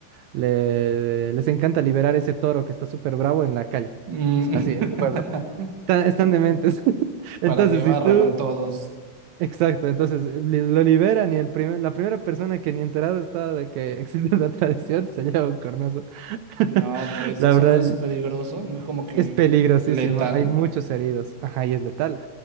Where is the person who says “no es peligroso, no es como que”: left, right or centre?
Right